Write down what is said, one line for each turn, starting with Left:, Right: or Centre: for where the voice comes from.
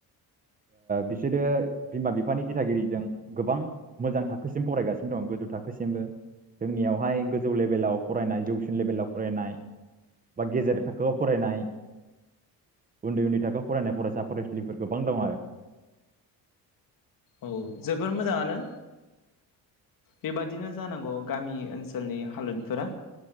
Right: बिसोरो बिमा बिफानि दिथागिरिजों गोबां मोजां थाखोसिम फरायगासिनो दं गोजौ थाखोसिमबो जोंनियावहाय गोजौ लेभेलाव फरायनाय जौसिन लेभेलाव फरायनाय बा गेजेर थाखोआव फरायनाय उन्दै उन्दै थाखोआव फरायनाय फरायसा फरायसुलिफोर गोबां दं आरो
Left: औ जोबोर मोजाङानो बेबादिनो जानांगौ गामि ओनसोलनि हालोदफोरा